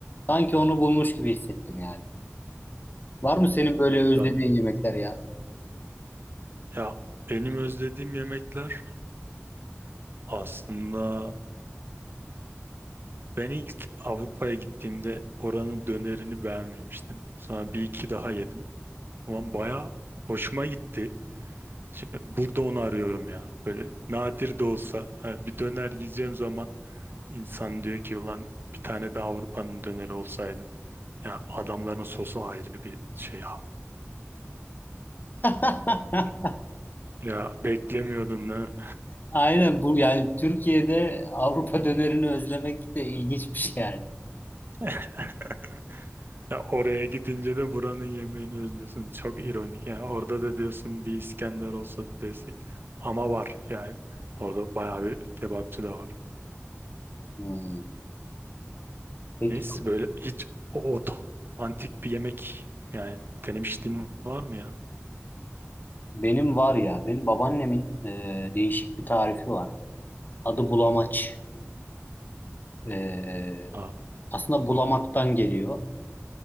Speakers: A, on the left; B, on the right.
A: Sanki onu bulmuş gibi hissettim yani. Var mı senin
B: ne,
A: böyle
B: ne güzel.
A: özlediğin
B: ne-
A: yemekler ya?
B: Ya benim özlediğim yemekler aslında ben ilk Avrupa'ya gittiğimde oranın dönerini beğenmemiştim. Sonra bir iki daha yedim. Ama baya hoşuma gitti. Şimdi burada onu arıyorum ya. Böyle nadir de olsa ha, bir döner yiyeceğim zaman insan diyor ki ulan bir tane de Avrupa'nın döneri olsaydı. Ya adamların sosu ayrı bir şey ya.
A: <laughs>
B: Ya beklemiyordun değil mi?
A: Aynen bu yani Türkiye'de Avrupa <laughs> dönerini özlemek de ilginç bir şey yani.
B: <laughs> Ya oraya gidince de buranın yemeğini özlüyorsun. Çok ironik. Yani orada da diyorsun bir İskender olsa desek. Ama var yani. Orada bayağı bir kebapçı da var.
A: Hmm. Peki
B: Neyse böyle hiç o, o antik bir yemek yani denemişliğin var mı ya?
A: benim var ya benim babaannemin e, değişik bir tarifi var. Adı bulamaç. E,
B: Ha
A: aslında bulamaktan geliyor.